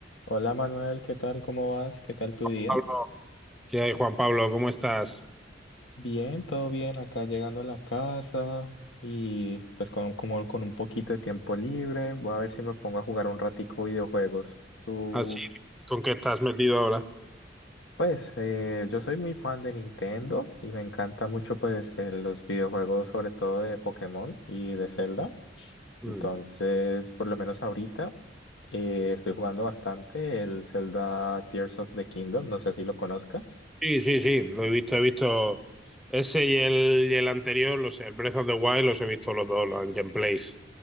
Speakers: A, on the left; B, in the centre.
A: Hola Manuel, ¿qué tal? ¿Cómo vas? ¿Qué tal tu día?
B: Pablo. ¿Qué hay, Juan Pablo? ¿Cómo estás?
A: Bien, todo bien, acá llegando a la casa y pues con, como con un poquito de tiempo libre, voy a ver si me pongo a jugar un ratico videojuegos. Tú,
B: Así, ¿con qué estás metido ahora?
A: pues eh, yo soy muy fan de Nintendo y me encanta mucho pues eh, los videojuegos sobre todo de Pokémon y de Zelda.
B: Mm.
A: Entonces, por lo menos ahorita eh, estoy jugando bastante el Zelda Tears of the Kingdom, no sé si lo conozcas.
B: Sí, sí, sí, lo he visto, he visto ese y el, y el anterior, los, el Breath of the Wild, los he visto los dos, los gameplays